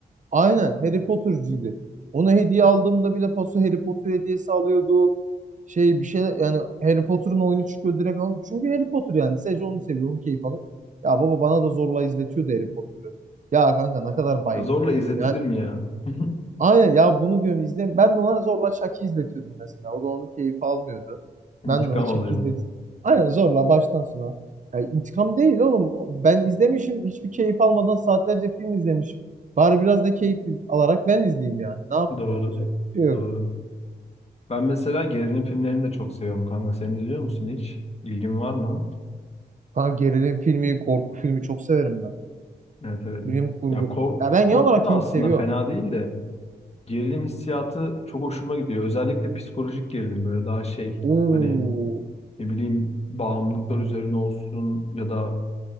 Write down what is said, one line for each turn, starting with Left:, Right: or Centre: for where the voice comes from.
Right: Aynen Harry Potter'cıydı. Ona hediye aldığımda bile paso Harry Potter hediyesi alıyordu. Şey bir şeyler yani Harry Potter'ın oyunu çıkıyor direkt alın. Çünkü Harry Potter yani sadece onu seviyor, onu keyif alıyor. Ya baba bana da zorla izletiyordu Harry Potter'ı. Ya kanka ne kadar bayık.
Left: Ya zorla izletilir
Right: Yani
Left: mi ya? <laughs>
Right: Aynen ya bunu diyorum izle. Ben de ona zorla Chuck'ı izletiyordum mesela. O da onun keyfi almıyordu.
Left: İntikam
Right: Ben de ona Chuck'ı
Left: alıyorum.
Right: izletiyordum. Aynen zorla baştan sona. Ya intikam değil oğlum. Ben izlemişim hiçbir keyif almadan saatlerce film izlemişim. Bari biraz da keyif alarak ben izleyeyim yani. Ne yapayım
Left: Doğru.
Right: yapacak bir şey
Left: Doğru.
Right: yok.
Left: Ben mesela gerilim filmlerini de çok seviyorum kanka. Sen izliyor musun hiç? İlgin var mı?
Right: Kanka gerilim filmi, korku filmi çok severim ben.
Left: Evet evet.
Right: Bilim kurgu.
Left: Ya kork
Right: Ya ben
Left: korku
Right: genel olarak
Left: da
Right: film
Left: aslında
Right: seviyorum.
Left: fena değil de gerilim hissiyatı çok hoşuma gidiyor. Özellikle psikolojik gerilim böyle daha şey
Right: Oo.
Left: hani ne bileyim bağımlılıklar üzerine olsun ya da